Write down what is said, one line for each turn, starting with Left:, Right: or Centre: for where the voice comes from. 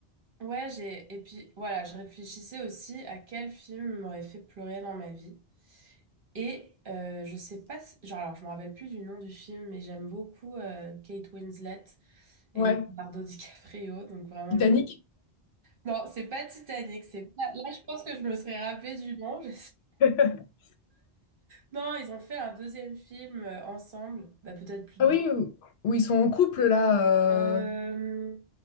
Right: Ouais, j'ai et puis voilà, je réfléchissais aussi à quel film m'aurait fait pleurer dans ma vie. Et euh, je sais pas si- genre alors je me rappelle plus du nom du film mais j'aime beaucoup euh, Kate Winslet et
Left: Ouais.
Right: Leonardo <laughs> DiCaprio donc vraiment
Left: Titanic.
Right: le Non, c'est pas Titanic, c'est pas là je pense que je me serais rappelé du nom. je
Left: <laughs>
Right: Non, ils ont fait un deuxième film euh, ensemble, bah peut-être plus
Left: Ah
Right: de
Left: oui,
Right: deux.
Left: où, où ils sont en couple là.
Right: Euh,
Left: euh,